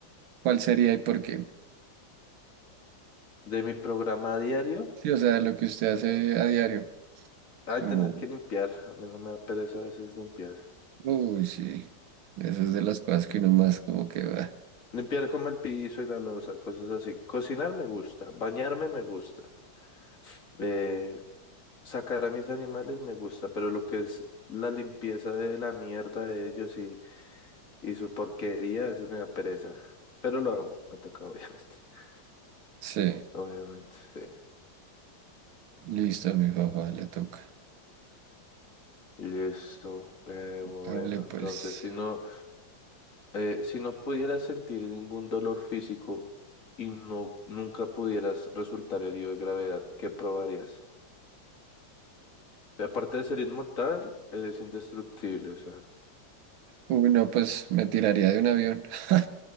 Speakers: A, on the right; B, on the left.
A: ¿cuál sería y por qué?
B: De mi programa diario,
A: Sí, o sea, lo que usted hace a diario,
B: ay,
A: como
B: tener que limpiar. A mí no me da pereza a veces limpiar.
A: Uy, sí. Esas es de las cosas que
B: Bueno,
A: uno más como que va.
B: Limpiar como el piso y la loza, cosas así. Cocinar me gusta, bañarme me gusta, eh, sacar a mis animales me gusta, pero lo que es la limpieza de la mierda de ellos y, y su porquería, eso me da pereza. Pero lo hago, me toca obviamente. <laughs>
A: Sí,
B: Obviamente, sí.
A: listo, a mi papá le toca.
B: Listo. Eh, bueno,
A: Hágale pues.
B: entonces si no, eh, si no pudieras sentir ningún dolor físico y no nunca pudieras resultar herido de gravedad, ¿qué probarías? O sea, aparte de ser inmortal, eres indestructible, o sea.
A: Uy, no, pues me tiraría de un avión. <laughs>